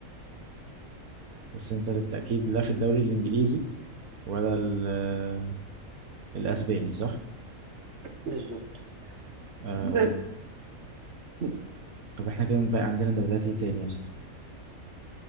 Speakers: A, on the right; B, on the right.
A: بس أنت للتأكيد لا في الدوري الإنجليزي ولا ال- آه، الأسباني صح؟
B: بالظبط
A: آه
B: <coughs> انت
A: طب احنا كده بقى عندنا دوريات ايه تاني يا اسطى